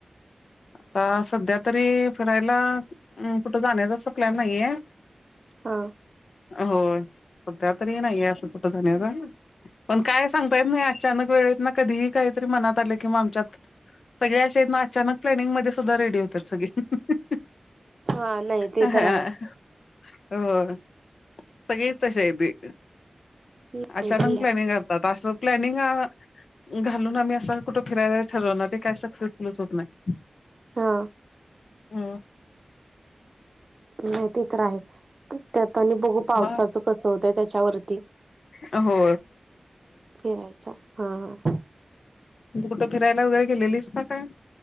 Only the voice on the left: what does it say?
आता सध्या तरी फिरायला कुठं जाण्याच असं प्लॅन नाहीये
हो सध्या तरी नाहीये असं कुठं जाण्याचा पण काय सांगता येत नाही अचानक वेळेत न कधीही काहीतरी मनात आल कि म आमच्यात सगळे अशे आहेत ना अचानक प्लॅनिंग मध्ये सुद्धा रेडी होतात सगळे
हा
हो सगळीच तशी हायती
अचानक
प्लॅनिंग
आता असं प्लॅनिंग आहं घालून आम्ही असं कुठं फिरायला ठरवणार ते काय सक्सेसफुलच होत नाय
हो
मग
हो
कुठ फिरायला वगैरे गेलेलीस का काय